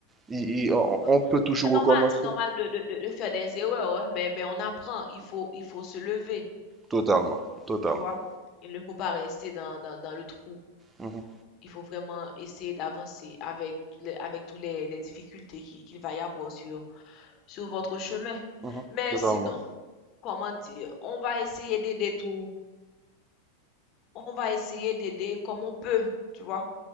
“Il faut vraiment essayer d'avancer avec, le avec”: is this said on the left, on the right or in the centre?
Left